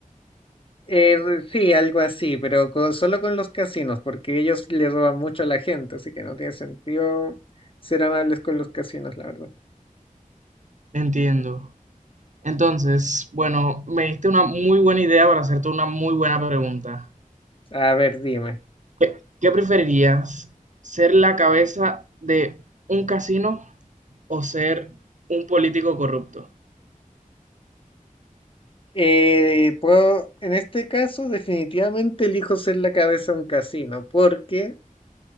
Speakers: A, on the left; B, on the right.
A: Eh, sí, algo así, pero co- solo con los casinos, porque ellos le roban mucho a la gente, así que no tiene sentido ser amables con los casinos, la verdad.
B: entiendo. Entonces, bueno, me diste una muy buena idea para hacerte una muy buena pregunta.
A: A ver, dime.
B: ¿Qué, qué preferirías? ¿Ser la cabeza de un casino o ser un político corrupto?
A: Eh, puedo, en este caso, definitivamente elijo ser la cabeza de un casino, porque